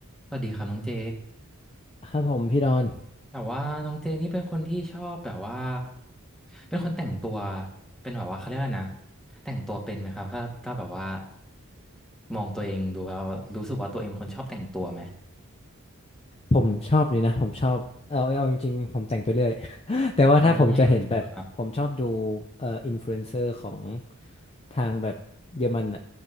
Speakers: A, in the centre; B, on the left.
A: สวัสดีครับน้องเจ
B: ครับผมพี่ดอน
A: แต่ว่าน้องเจนี่เป็นคนที่ชอบแบบว่า เป็นคนแต่งตัว เป็นแบบว่าเขาเรียกว่านะแต่งตัวเป็นไหมครับถ้าถ้าแบบว่ามองตัวเองดูแล้วรู้สึกว่าตัวเองเป็นคนชอบแต่งตัวไหม
B: ผมชอบเลยนะผมชอบเอาเอาจริงๆผมแต่งไปเรื่อย <laughs> แต่ว่าถ้าผมจะเห็นแบบผมชอบดู
A: อืมครับ
B: เอ่ออินฟลูเอนเซอร์ของทางแบบเยอรมันอ่ะ